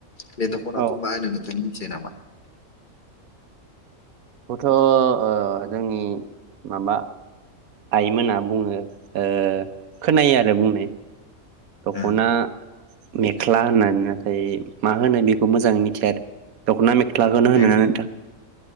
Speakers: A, on the left; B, on the right.
A: बे दखनाखौ
B: औ
A: मा होनो नोंथां मिथियो नामा?
B: बेखौथ' ओ जोंनि माबा आइमोना बुङो। ओ खोनायो आरो बुंनाय दख'ना
A: ओ
B: मेख्ला होननानै, नाथाय मा होनो बेखौ मोजाङै मिथिया आरो दख'ना मेख्लाखौनो
A: मे-
B: होना नोंथां।